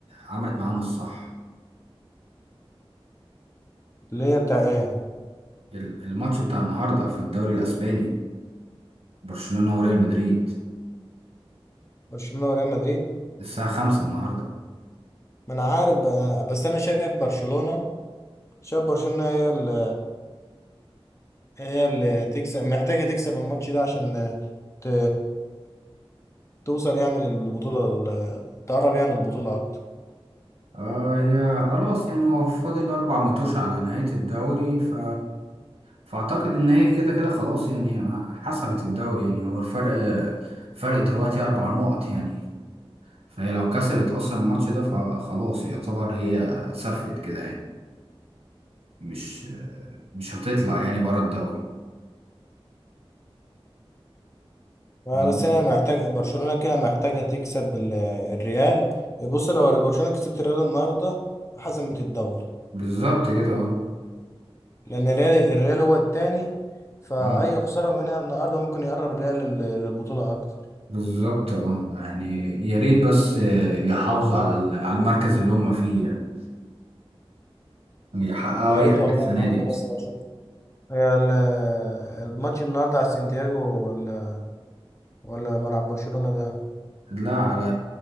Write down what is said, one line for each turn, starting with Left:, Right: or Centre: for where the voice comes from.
Right: عملت معاهم الصح
Left: اللي هي بتاع إيه؟
Right: ال- الماتش بتاع النهاردة في الدوري الأسباني برشلونة وريال مدريد
Left: برشلونة وريال مدريد
Right: الساعة خمسة النهاردة
Left: ما أنا عارف بقى، بس أنا شايف برشلونة شايف برشلونة هي اللي هي اللي تكسب محتاجة تكسب الماتش ده عشان ت... توصل يعني للبطولة ال- تقرب يعني للبطولة أكتر
Right: آه هي خلاص يعني هو فاضل أربع متوش على نهاية الدوري ف... فأعتقد إن هي كده كده خلاص يعني حسمت الدوري يعني هو الفرق فرق دلوقتي أربع نقط يعني فهي لو كسبت أصلا الماتش ده فخلاص يعتبر هي سافرت كده يعني مش مش هتطلع يعني بره الدوري
Left: ما
Right: ولا-
Left: بس انا محتاج برشلونه كده محتاجه تكسب ال- الريال بص لو برشلونه كسبت الريال النهارده حسمت الدوري
Right: بالظبط كده اه
Left: لان الريال الريال هو التاني فاي
Right: اه
Left: خساره منها النهارده ممكن يقرب الريال لل- للبطوله اكتر
Right: بالظبط اه يعني يا ريت بس يحافظوا على ال- على المركز اللي هم فيه يعني يحققوا
Left: يا
Right: أي
Left: ريت
Right: حاجة
Left: والله
Right: السنة
Left: النهارده
Right: دي أصلا
Left: بس برشلونه هي ال- الماتش النهارده على سانتياغو ولا ولا ملعب برشلونه ده
Right: لا على